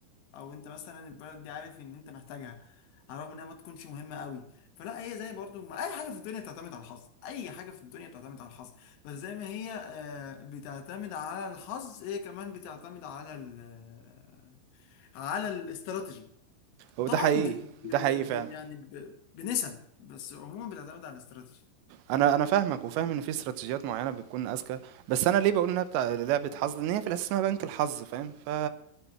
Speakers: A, on the left; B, on the right.
A: او انت مثلا البلد دي عارف ان انت محتاجها على الرغم انها ما تكونش مهمه قوي فلا هي زي برضو ما اي حاجه في الدنيا بتعتمد على الحظ اي حاجه في الدنيا بتعتمد على الحظ بس زي ما هي آه، بتعتمد على الحظ هي كمان بتعتمد على ال آه، على الاستراتيجي
B: هو
A: طبعا
B: ده حقيقي
A: ب... ب...
B: ده حقيقي
A: ب...
B: فعلا
A: ب- يعني ب... بنسب بس عموما بتعتمد على الاستراتيجي
B: أنا أنا فاهمك، وفاهم إن في استراتيجيات معيّنة بتكون أذكى، بس أنا ليه باقول إنها بتاع لعبة حظ، لإن هي في الأساس اسمها بنك الحظ فاهم؟ ف